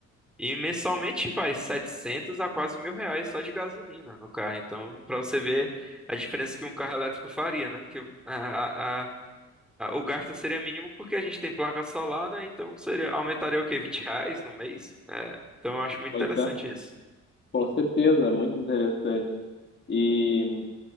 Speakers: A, in the centre; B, on the left.
A: E mensalmente vai 700 a quase mil reais só de gasolina no carro. Então, para você ver a diferença que um carro elétrico faria, né? Que a, a, a- o gasto seria mínimo porque a gente tem placa solar, né? Então seria, aumentaria o quê? vinte reais no mês? É, então eu acho muito
B: pois
A: interessante
B: é,
A: isso.
B: com certeza, muito interessante. E